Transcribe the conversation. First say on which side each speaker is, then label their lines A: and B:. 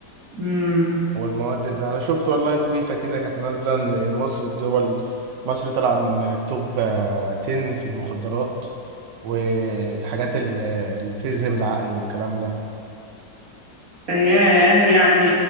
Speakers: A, on the right; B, on the right.
A: امم
B: والمواد اللي انا شفت والله تويتة كده كانت نازلة ان مصر الدول مصر طالعة من التوب آه، 10 في المخدرات والحاجات اللي بتذهب العقل والكلام ده
A: ايه يعني